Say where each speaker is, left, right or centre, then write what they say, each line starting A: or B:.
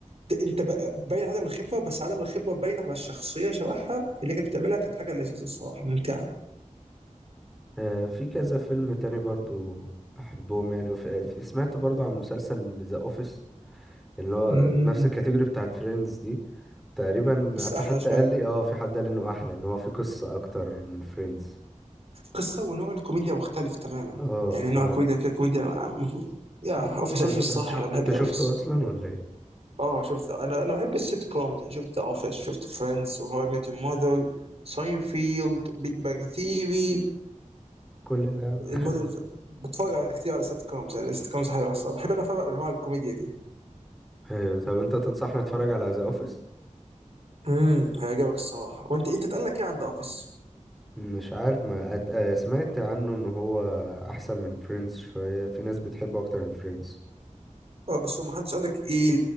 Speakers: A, on the right; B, in the centre.
A: ت- انت بقى- باين عدم الخبره بس عدم الخبره باين على الشخصيه شبهها اللي كانت بتعملها كانت حاجه لذيذه الصراحه ممتعه
B: آه، في كذا فيلم تاني برضو احبهم يعني وف... آه، سمعت برضو عن مسلسل ذا اوفيس اللي هو
A: امم
B: نفس الكاتيجوري بتاعت فريندز دي وتقريبا
A: بس
B: في
A: احلى
B: حد
A: شويه
B: قال لي اه في حد قال لي انه احلى ان هو في قصة اكتر من فريندز
A: قصة ونوع الكوميديا مختلف تماما
B: اه
A: يعني
B: ف
A: نوع الكوميديا كده كوميديا يا
B: انت
A: اوفيس
B: انت
A: اوفيس صح
B: تشو...
A: انا
B: انت
A: بحب الاوفيس
B: شفته اصلا ولا ايه
A: اه شفت انا انا بحب السيت كومز يعني شفت ذا اوفيس شفت فريندز وهاو اي ميت يور ماذر ساينفيلد بيج بانج ثيري
B: كل ده <laughs>
A: المدن بتفرج على كتير على سيت كومز يعني السيت كومز حلوه الصراحه بحب انا افرق بين انواع الكوميديا دي
B: ايوه، طب انت تنصحني اتفرج على ذا اوفيس
A: امم هيعجبك الصراحه وانت انت اتقال لك ايه عند اوفيس
B: مش عارف ما أت... آه، سمعت عنه ان هو احسن من فريندز شوية في ناس بتحبه اكتر من فريندز
A: اه بس هو ما حدش قال لك ايه